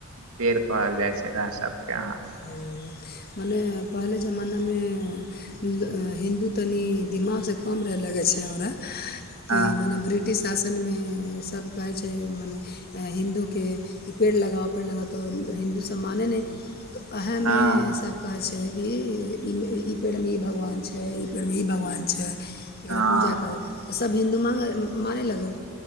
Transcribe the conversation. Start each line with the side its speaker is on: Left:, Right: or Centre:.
Right: पेड़ कहल जाइ छै एकरा सब केँ अहाँ
Left: हुँ मने पहले जमाना में हिन्दू तनि दिमाग से कम रहे लगे छै हमरा कि
Right: हँ
Left: मने बि टिश शासन में सब कहै छै मने हिन्दू केँ की पेड़ लगाव पेड़ लगाव तो हिन्दू सब माने नैे वेहै
Right: हँ
Left: में सब कहै छै कि ई ई पेड़ मे ई भगवान छै ई पेड़ में ई भगवान छै एकरा
Right: हँ
Left: पूजा करब तऽ सब हिन्दू मा मानै लागल